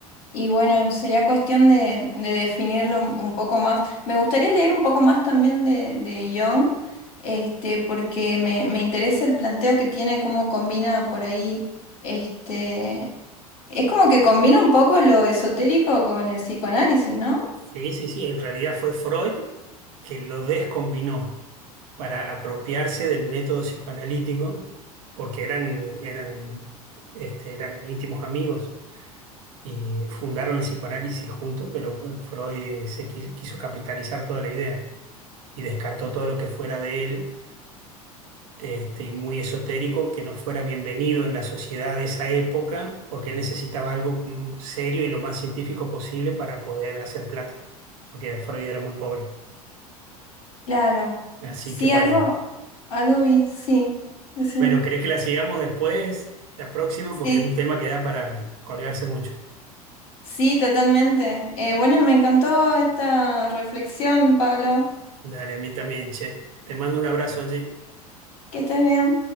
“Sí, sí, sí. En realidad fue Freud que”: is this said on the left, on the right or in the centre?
Right